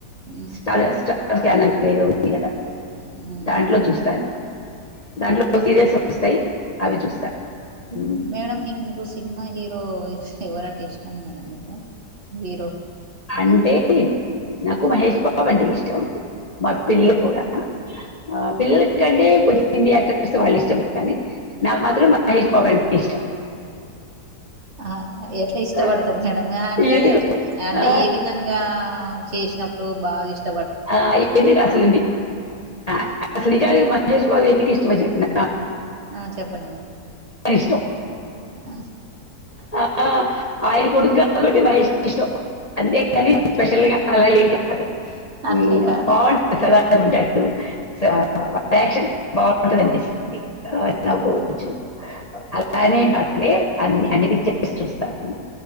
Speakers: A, on the right; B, on the left.
A: మ్మ్
B: స్ట స్టార్ <unintelligible> చానల్ ఏదో ఉంది కదా
A: మ్మ్
B: దాంట్లో చూస్తాను దాంట్లో సీరియల్స్ వస్తాయి అవి చూస్తా ఉమ్,
A: మేడం మీకు ఖుషి సినిమా హీరో ఎవరంటే ఇష్టం మేడం మీకు హీరో
B: అంటే నాకు మహేష్ బాబు అంటే ఇష్టం మా పిల్లకి కూడా ఆ ఆ పిల్లలకి ఎందుకంటే కొద్దిగా హిందీ యాక్టర్స్ వాళ్ళు ఇష్టం కానీ నాకు మాత్రం మహేష్ బాబు అంటే ఇష్టం
A: ఆ ఎట్లా ఇష్టపడతారు
B: ఆ,
A: మేడం అంటే
B: ఎందుకు
A: అంటే
B: ఆ,
A: ఏవి విధంగా చేసినప్పుడు బాగా ఇష్
B: ఆ ఎందుకు అసలుండి ఆ అసలు నిజానికి మహేష్ బాబు ఎందు కి ఇష్టమో చెప్పండి నాక్
A: ఆ చెప్పండి మేడం
B: ఇష్టం
A: ఆ
B: ఆ, ఆయన కొడుకు కాబట్టి మహేష్ ఇష్టం అంతే కాని
A: అట్
B: స్పెషల్ గా అలా ఏం కాదు
A: అట్లే
B: మ్మ్
A: కాదు
B: బాంటది <unintelligible> <unintelligible> ఫ్యాషన్ బాగుంటదండి ఆ నాకు వచ్చు అలానే అండి అన్ని అన్ని పిచ్చర్స్ చూస్తాను